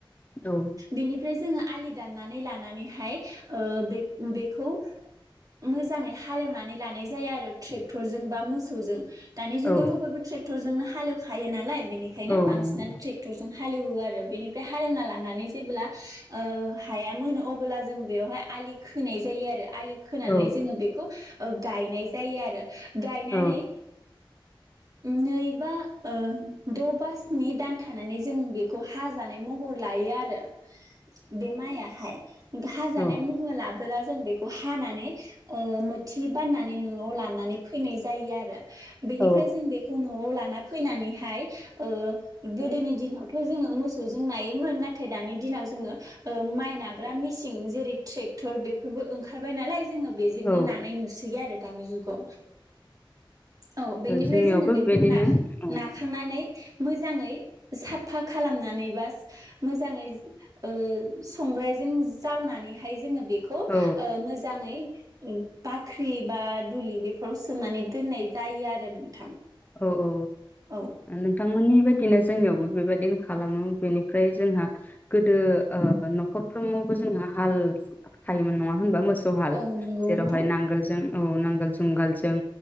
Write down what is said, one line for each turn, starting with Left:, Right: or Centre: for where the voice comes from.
Left: औ
Right: बेनिफ्राय जोङो आलि दान्नानै लानानैहाय ओ बे-बेखौ मोजाङै हालेवनानै लानाय जाया आरो ट्रेक्टरजों बा मोसौजों। दानि जुगावथ'
Left: औ
Right: बयबो ट्रेक्टरजोंनो हालेवखायो नालाय बेनिखायनो
Left: औ
Right: बांसिनानो
Left: नंगौ
Right: ट्रेक्टरजों हालेवो आरो। आरो बेनिफ्राय हालेवना लानानै जेब्ला ओ हाया मोनो अब्ला जों बेयावहाय आलि खोनाय जायो आरो आलि खोनानै
Left: औ
Right: जोङो बेखौ ओ गायनाय जायो आरो गायनानै
Left: औ
Right: नै बा ओ द' बा स्नि दान थानानै जों बेखौ हाजानाय महर लायो आरो। बे माइयाहाय। हाजानाय
Left: औ
Right: महर लाबोला जों बेखौ हानानै ओ मोथि बानना नै न'आव लानानै फैनाय जायो आरो बेनिफ्राय
Left: औ
Right: जों बेखौ न'आव लाना फैनानैहाय ओ गोदोनि दिनावथ' जोङो मोसौजों नायोमोन नाथाय दानि दिनाव जोङो ओ माइ नाग्रा मिसिं जेरै ट्रेक्टर बेफोरबो ओंखा खारबाय नाल जोङो बेजोंनो
Left: औ
Right: नानाय नुसै आरो दानि जुग गौ औ बेनिफ्राय
Left: जोंनियावबो
Right: जोङो बेखौ
Left: बेबायदिनो
Right: ना
Left: औ
Right: नाखांनानै मोजाङै साफा खालामनानै बा मोजाङै ओ संग्रायजों जावनानैहाय जोङो बे खौ
Left: औ
Right: ओ मोजाङै उम बाख्रि बा दुलि बेफोराव सोनानै दोननाय जायो आरो नोंथां
Left: औ औ
Right: औ
Left: नोंथांमोननि बदिनो जोंनियावबो बेबायदिनो खालामो बेनिफ्राय जोंहा गोदो ओ न'खरफ्रोमावबो जोंहा हाल थायोमोन नङा होनबा मोस जहाल
Right: औ नंगौ
Left: जेरावहाय
Right: नोंथां
Left: नांगोलजों औ नांगोल जुंगालजों